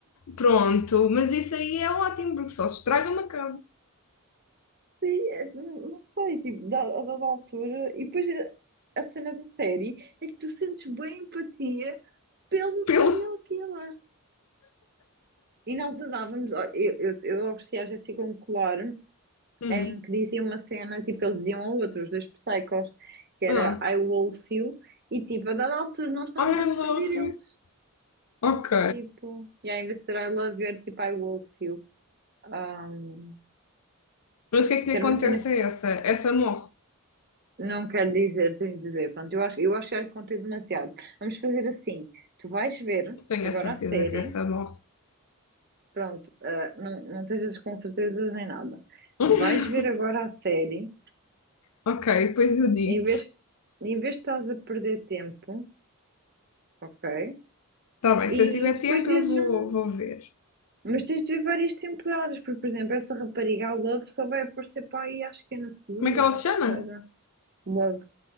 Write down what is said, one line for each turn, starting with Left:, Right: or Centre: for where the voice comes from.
Left: Pronto, mas isso aí é ótimo, porque só se estraga uma casa.
Right: Sim, é, não não sei, tipo, da- a dada altura. E depois a, a cena da série é que tu sentes bem empatia pelo
Left: Pelo.
Right: serial killer. E nós andávamos, olha, eu, eu, eu ofereci à Jéssica um colar
Left: Hum.
Right: em que dizia uma cena, tipo, que eles diziam ao outro, dois psychos, que era
Left: Ah.
Right: I wolf you, e tipo, a dada altura nós estávamos
Left: Ah,
Right: a defender
Left: I love
Right: eles,
Left: you. Ok.
Right: tipo, e aí em vez de ser I love you, era tipo I wolf you, um,
Left: Mas o que é que lhe
Right: que era
Left: acontece
Right: uma cena que
Left: a essa? Essa morre.
Right: não quero dizer, tens de ver, pronto, eu acho, eu acho que já contei demasiado. Vamos fazer assim, tu vais ver
Left: Tenho
Right: agora
Left: a certeza
Right: a série,
Left: que essa morre.
Right: pronto, ah, não, não estejas com certezas nem nada,
Left: <laughs>
Right: vais ver agora a série,
Left: Ok, depois eu digo
Right: em vez, em vez de estás a perder tempo, ok?
Left: Tá bem,
Right: E
Left: se eu tiver
Right: depois
Left: tempo,
Right: dizes-me,
Left: eu vou, vou ver.
Right: mas tens de ver várias temporadas, porque, por exemplo, essa rapariga, a Love, só vai aparecer para aí, acho que é na segunda
Left: Como é que ela
Right: ou na
Left: se
Right: terceira.
Left: chama?
Right: Love.